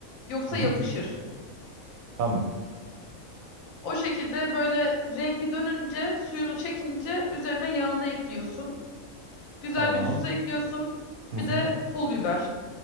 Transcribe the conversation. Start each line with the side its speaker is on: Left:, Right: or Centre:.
Left: Yoksa
Right: Hı hı.
Left: yapışır.
Right: Tamam.
Left: O şekilde böyle rengi dönünce suyunu çekince üzerine yağını ekliyorsun. Güzel
Right: Tamam.
Left: bir tuz ekliyorsun.
Right: Hı
Left: Bir de
Right: hı.
Left: pul biber.